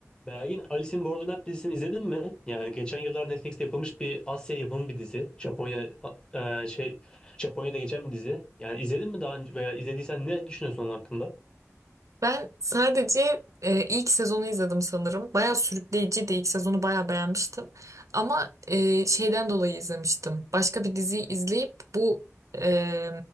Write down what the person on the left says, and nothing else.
Belgin, Alice in Borderland dizisini izledin mi? Yani geçen yıllar Netflix'te yapılmış bir Asya yapımı bir dizi. Japonya a- e, şey Japonya'da geçen bir dizi. Yani izledin mi daha önce veya izlediysen ne düşünüyorsun onun hakkında?